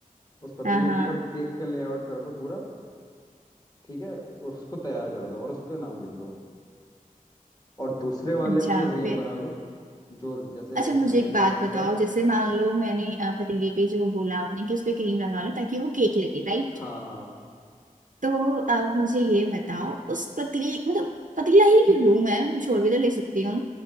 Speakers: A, on the left (about 25°); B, on the right (about 65°).
A: उस पतीले
B: हाँ हाँ
A: के ऊपर केक का लेआउट कर दो पूरा ठीक है उसको तैयार कर दो और उसका नाम लिख दो और दूसरे वाले
B: अच्छा
A: पर रियल
B: फिर
A: बना लो जो जैसे
B: अच्छा मुझे
A: ब्रेड
B: एक बात
A: पे बनता
B: बताओ
A: है
B: जैसे मान लो मैंने अ, पतीले पे जो बोला आपने कि उस पे क्रीम लगा लो ताकि वो केक लगे राइट
A: हाँ हाँ
B: तो अब मुझे ये बताओ उस पतीले मतलब पतीला ही क्यों लूं मैं कुछ और भी तो ले सकती हूँ